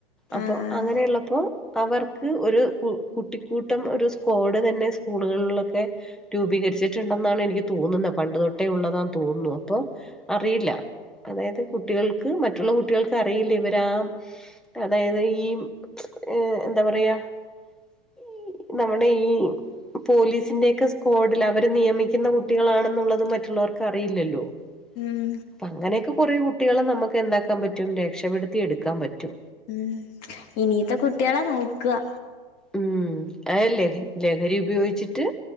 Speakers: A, in the centre; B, on the left.
A: അപ്പോ
B: ആഹ്
A: അങ്ങനെയുള്ളപ്പോ അവർക്ക് ഒരു കുട്ടിക്കൂട്ടം ഒരു സ്ക്വാഡ് തന്നെ സ്കൂളുകളിലൊക്കെ രൂപീകരിച്ചിട്ടുണ്ടെന്നാണ് എനിക്ക് തോന്നുന്ന പണ്ട് തൊട്ടേ ഉള്ളതാന്ന് തോന്നുന്നു അപ്പൊ അറിയില്ല അതായത് കുട്ടികൾക്ക് മറ്റുള്ള കുട്ടികൾക്ക് അറിയില്ല ഇവ രാം അതായത് ഈ ഏഹ് എന്താ പറയാ ഈ നമ്മുടെ ഈ പോലീസിന്റെയൊക്കെ സ്ക്വാഡില് അവര് നിയമിക്കുന്ന കുട്ടികളാണെന്നുള്ളതും മറ്റുള്ളവർക്ക് അറിയില്ലല്ലോ
B: ഉം
A: അപ്പ അങ്ങനെയൊക്കെ കുറേ കുട്ടികളെ നമുക്ക് എന്താക്കാൻ പറ്റും രക്ഷപ്പെെടുത്തി എടുക്കാൻ പറ്റും
B: ഉം ഇനീത്തെ കുട്ടിയാളെ നോക്ക
A: ഉം അ ലഹ ലഹരി ഉപയോഗിച്ചിട്ട്